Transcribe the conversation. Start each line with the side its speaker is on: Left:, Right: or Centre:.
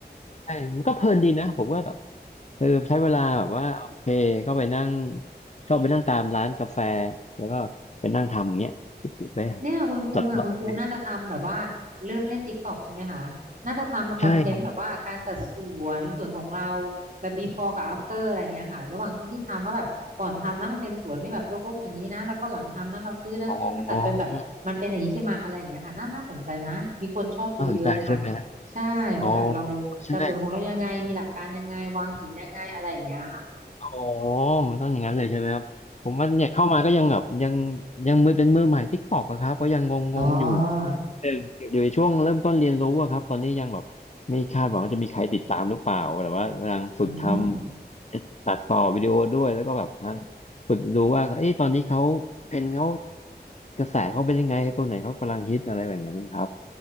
Left: ใช่มันก็เพลินดีนะ ผมว่าแบบเออใช้เวลาแบบว่าโอเคก็ไปนั่งชอบไปนั่งตามร้านกาแฟ แล้วก็ไปนั่งทำเนี้ยปิดๆไป
Right: เนี่ยคุณคุงอ่ะคุณคุงน่าจะทำแบบว่าเริ่มเล่นติ๊กตอกใช่ไหมคะน่าจะทำคอนเทนต์แบบว่าการจัดสวนสวนของเรา
Left: จัดเราไปใช่ครับ
Right: แบบ before กับ after อะไรเงี้ยค่ะระหว่างช่วงที่ทำว่าแบบก่อนทำนะมันเป็นสวนไม่แบบรกๆอย่างนี้นะแล้วก็หลังทำนะเราซื้อนะวันนี้มาจัดจนแบบมันเป็นอย่างนี้ขึ้นมาอะไรอย่างเงี้ยค่ะน่าน่าสนใจนะมีคนชอบดูเยอะนะคะ
Left: อ๋อน่าสนใจใช่ไหม
Right: ใช่ว่าแบบเรา
Left: อ๋อใช่
Right: จัดสวนของเรายังไงมีหลักการยังไงวางหินยังไงอะไรอย่างเงี้ยค่ะ
Left: อ๋อ มันต้องอย่างนั้นเลยใช่ไหมครับ ผมว่าเนี่ยเข้ามาก็ยังแบบยังยังมือเป็นมือใหม่ติ๊กตอกอะครับก็ยังงงๆอยู่
Right: อ๋อ
Left: เอออยู่ในช่วงเริ่มต้นเรียนรู้อะครับตอนนี้ยังแบบไม่คาดหวังว่าจะมีใครติดตามหรือเปล่าแต่ว่ากำลังฝึกท
Right: อืม
Left: ำตัดต่อวิดีโอด้วยแล้วก็แบบฝึกดูว่าเอ้ยตอนนี้เขาเทรนด์เขากระแสเขาเป็นยังไงตัวไหนเขากำลังฮิตอะไรแบบนี้นะครับ